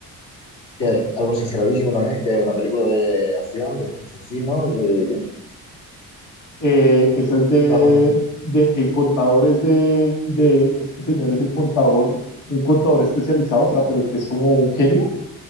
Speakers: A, on the left (about 75°); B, on the left (about 45°).
A: Que algo exageradísimo también, que es una película de acción, de asesinos, de...
B: Eh, esa es de,
A: ¿Qué? Va más o menos.
B: de, el contador es de, de, este señor es el contador, un contador especializado, o sea, pero que es como un genio,